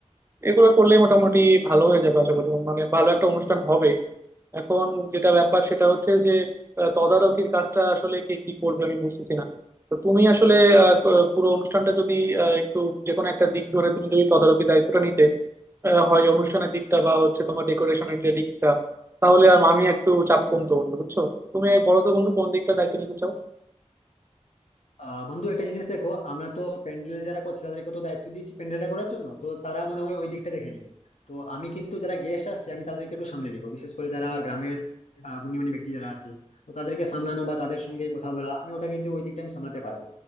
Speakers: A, on the right (about 20°); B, on the left (about 70°).
A: এগুলো করলে মোটামুটি ভালো হয়ে যাবে আশা করি মানে ভালো একটা অনুষ্ঠান হবে এখন যেটা ব্যাপার সেটা হচ্ছে যে আহ, তদারকির কাজটা আসলে কে কি করবে আমি বুঝতেছি না তো তুমি আসলে আহ, ক- পুরো অনুষ্ঠানটা যদি আহ, একটু যে কোনো একটা দিক ধরে তুমি যদি তদারকি দায়িত্বটা নিতে আহ, হয় অনুষ্ঠানের দিকটা বা হচ্ছে তোমার ডেকোরেশনের যে দিকটা তাহলে আর আমি একটু চাপ কমতো বন্ধু বুঝছো তুমি বলো তো বন্ধু কোন দিকটা দায়িত্ব নিতে চাও
B: আহ বন্ধু একটা জিনিস দেখো আমরা তো প্যান্ডেল যারা করছে তাদেরকে তো দায়িত্ব দিয়েছি প্যান্ডেলটা করার জন্য তো তারা মনে হয় ওই দিকটা দেখে নিবে তো আমি কিন্তু যারা গেস্ট আসছে আমি তাদেরকে একটু সামলে নিবো বিশেষ করে যারা গ্রামের আহ, গুণীমানী ব্যক্তি যারা আছে তো তাদেরকে সামলানো বা তাদের সঙ্গে কথা বলা আমি ওটা কিন্তু ওই দিকটা আমি সামলাতে পারবো